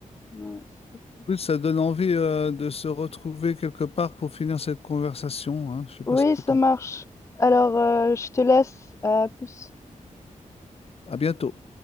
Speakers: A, on the left (about 20°); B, on the left (about 45°).
A: Ouais, c'était cool.
B: Oui, ça donne envie euh, de se retrouver quelque part pour finir cette conversation. hein. Je sais pas
A: Oui,
B: ce que
A: ça
B: t'en...
A: marche. Alors, heu, je te laisse, à plus.
B: À bientôt.